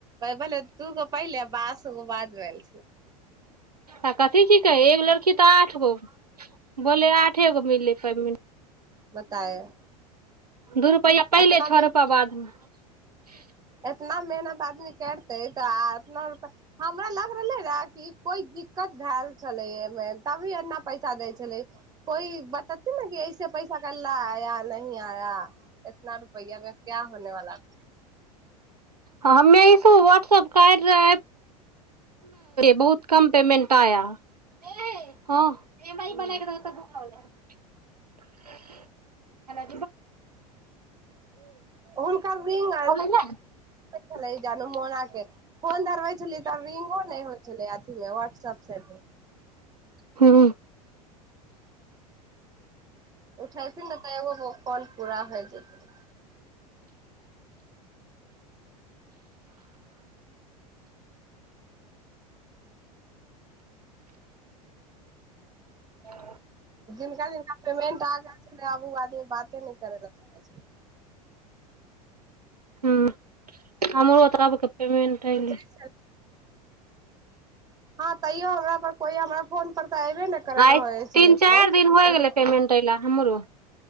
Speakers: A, on the right; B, on the right.
A: गोले दू गो पहिले ब बाद भेल
B: आ कथी छिकै एगो लड़की तऽ आठ गो बोले आठे गो मिललै पेमेन्ट
A: बतायो
B: दूर पैला पहिले
A: एतना
B: छ
A: मे
B: रूपा बाद म <unintelligible>
A: एतना मेहनत आदमी करते तऽ एतना रुपैया हमरा लग रहलै रहै कि कोइ दिक्कत भैल छलै एहिमे तभी एना पैसा दै छलै कोइ बतातै न कि ऐ पैसा केय लऽ आया या नही आया इतना रुपैया मे क्या होने वाला
B: हमे इस व्हाट्सप कार्य एप बहुत कम पेमेंट आया यै हँ एकरा मैगी
A: ह
B: बना क दहु तऽ भुख लागल
A: हुनकर रिंग
B: हइ <inaudible> <unintelligible>
A: छलै जानू मोना के फोन धरबै छलिये तऽ रिंगो नइ होइ छलै केलिये वाट्सप सँ अभि
B: हू
A: उठेतिन न तऽ एगो कॉल पूरा होइ जेतै
B: <unintelligible>
A: जिनका जिनका पेमेंट आ गेल छै न आब उ आदमी बाते नइ करे ल चाहेय छै
B: हू हमरो तरबके पेमेन्ट
A: सोचै
B: एलै
A: छल हँ तैयो हमरा पर कोइ हमरा फोन पर तऽ अऐबे नइ करै
B: आइ
A: रहै छलै
B: तीन चारि
A: फोन
B: दिन होइ
A: लेकिन
B: गेलै पेमेंट अयला हमरो